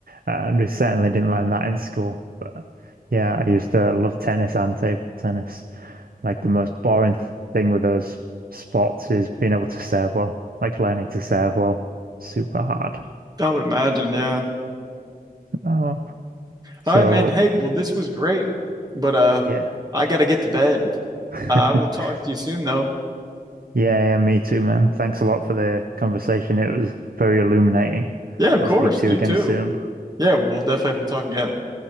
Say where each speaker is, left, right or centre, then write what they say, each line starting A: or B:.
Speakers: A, on the right; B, on the right.
A: Uh, And we certainly didn't learn that in school. But yeah, I used to love tennis and table tennis. Like the most boring th- thing with those sports is being able to serve well, like learning to serve well. Super hard.
B: I would imagine. Yeah.
A: Oh, so
B: All right, man. Hey, well, this was great, but uh,
A: yeah.
B: I gotta get to bed.
A: <laughs>
B: Uh, I will talk to you soon, though.
A: Yeah, yeah, me too, man. Thanks a lot for the conversation. It was very illuminating.
B: Yeah, of
A: I'll
B: course.
A: speak to
B: You
A: you again
B: too.
A: soon.
B: Yeah, we'll definitely have to talk again.